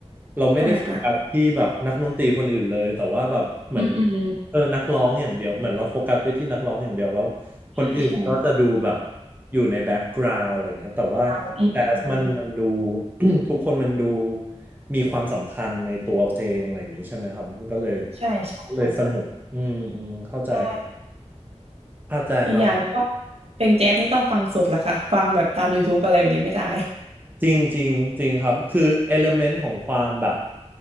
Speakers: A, on the right; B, on the right.
A: เราไม่ได้โฟกัสที่แบบนักดนตรีคนอื่นเลยแต่ว่าแบบเหมือน
B: ใช่ค่ะอืมอืม
A: เออนักร้องอย่างเดียวเหมือนเราโฟกัสไปที่นักร้องอย่างเดียวแล้ว คนอื่นก็จะดูแบบ
B: ใช่ใช่
A: อยู่ในแบ็กกราว n ์อะไรอย่างเงี้ยแต่ว่าแจ๊สมันมันดู
B: เราอืมอืม
A: <clears throat> ทุกคนมันดูมีความสำคัญในตัวเพลงอะไรอย่างงี้ใช่ไหมครับมันก็เลย
B: ใช่ใช่ค่ะ
A: ก็เลยสนุกอืมอืมเข้าใจครับ
B: ใช่
A: เข้าใจครับ
B: อีกอย่างหนึงก็เพลงแจ๊สนี่ต้องฟังสดแหละค่ะฟังแบบตาม YouTube อะไรแบบนี้ไม่ได้
A: จริงจริงจริงครับคือเอลเมนต์ของความแบบ